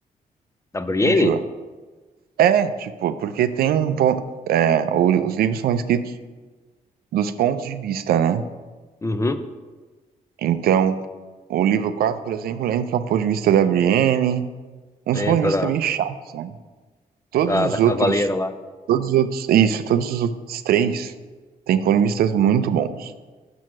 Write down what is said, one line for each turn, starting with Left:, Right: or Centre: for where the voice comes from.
Left: da Brienne?
Right: enjoa. É, tipo, porque tem um ponto. É, os livros são escritos dos pontos de vista, né?
Left: Uhum.
Right: Então, o livro 4, por exemplo, lembro que é o ponto de vista da Brienne. Uns
Left: Entra
Right: pontos de vista
Left: da,
Right: meio chatos, sabe? Todos
Left: da,
Right: os
Left: da Cavaleira
Right: outros.
Left: lá.
Right: Todos os outros. Isso, todos os outros três têm pontos de vistas muito bons.